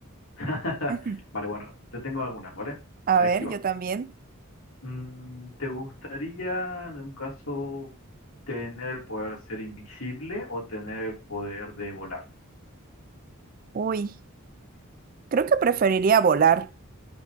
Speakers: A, on the left (about 85°); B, on the right (about 40°).
A: <laughs>
B: <laughs>
A: vale, bueno, te tengo algunas, ¿vale?
B: A
A: Aquí
B: ver,
A: va.
B: yo también.
A: Mm, ¿te gustaría, en un caso, tener el poder de ser invisible o tener el poder de volar?
B: Uy, creo que preferiría volar.